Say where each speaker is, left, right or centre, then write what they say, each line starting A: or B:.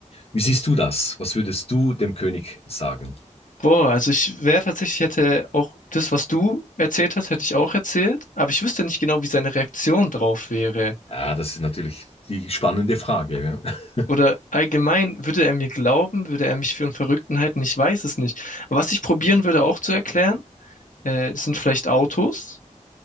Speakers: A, on the left (about 50°); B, on the left (about 80°).
A: wie siehst du das? Was würdest du dem König sagen?
B: Boah, also ich wäre tatsächlich, hätte auch das, was du erzählt hast, hätte ich auch erzählt, aber ich wüsste nicht genau, wie seine Reaktion drauf wäre.
A: Ah, das ist natürlich die spannende Frage. Ja. <laughs>
B: Oder allgemein, würde er mir glauben, würde er mich für einen Verrückten halten? Ich weiß es nicht. Aber was ich probieren würde auch zu erklären, äh, sind vielleicht Autos.